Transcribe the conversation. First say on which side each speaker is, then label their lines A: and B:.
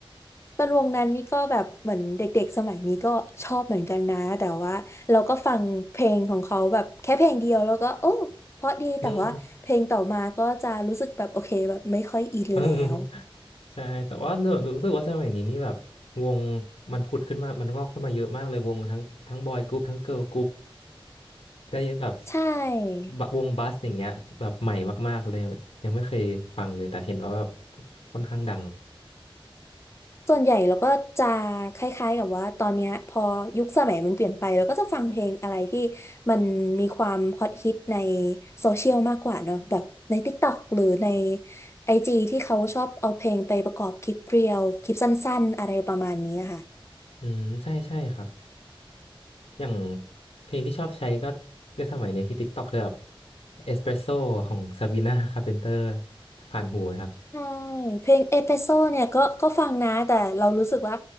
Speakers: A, on the left (about 30°); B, on the left (about 85°).
A: เป็นวงนั้นนี่ก็แบบเหมือนเด็กๆสมัยนี้ก็ชอบเหมือนกันนะแต่ว่าเราก็ฟังเพลงของเขาแบบแค่เพลงเดียวแล้วก็โอ้เพราะดีแต่ว่าเพลงต่อมาก็จะรู้สึกแบบโอเคแบบไม่ค่อยอินแล้ว
B: อืม <laughs> เออใช่แต่ว่าหนูรู้สึกว่าสมัยนี้นี่แบบวงมันผุดขึ้นมามันงอกขึ้นมาเยอะมากเลยวงทั้งทั้งบอยกรุ๊ปทั้งเกิร์ลกรุ๊ปได้แบบ
A: ใช่
B: บะวงบัสอย่างเงี้ยแบบใหม่มากๆเลยยังไม่เคยฟังเลยแต่เห็นว่าแบบค่อนข้างดัง
A: ส่วนใหญ่เราก็จะคล้ายๆกับว่าตอนเนี้ยพอยุคสมัยมันเปลี่ยนไปเราก็จะฟังเพลงอะไรที่มันมีความฮอตฮิตในโซเชียลมากกว่าเนอะแบบใน TikTok หรือใน IG ที่เขาชอบเอาเพลงไปประกอบคลิปเรียลคลิปสั้นๆอะไรประมาณนี้อะค่ะ
B: อืมใช่ใช่ครับอย่างเพลงที่ชอบใช้ก็ในสมัยเนี้ยที่ TikTok คือแบบเอสเปรสโซของซาบีนาคาร์เพนเตอร์ผ่านหูไหมครับ
A: ใช่เพลงเอพิโซเนี่ยก็ก็ฟังนะแต่เรารู้สึกว่า